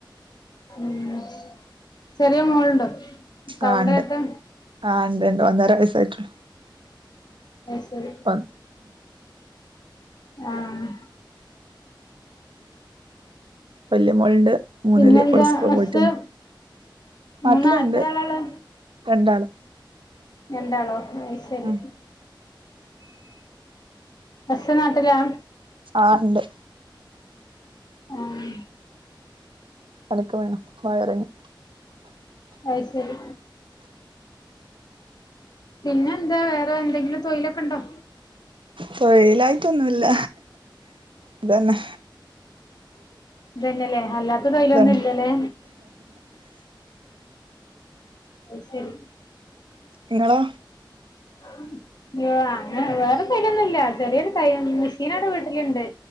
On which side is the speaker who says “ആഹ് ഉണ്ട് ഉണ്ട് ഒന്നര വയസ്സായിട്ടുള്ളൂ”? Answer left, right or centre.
Right